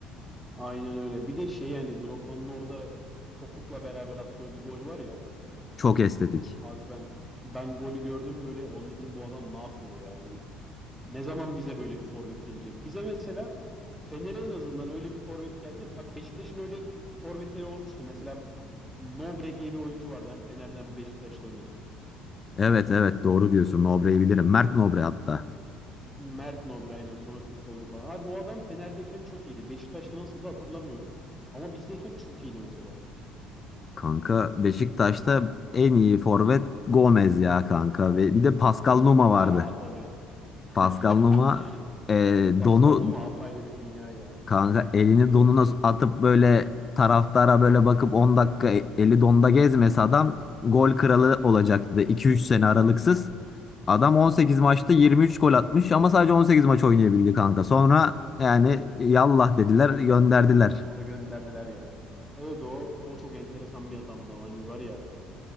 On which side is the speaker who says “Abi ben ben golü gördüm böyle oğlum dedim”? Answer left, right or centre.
Centre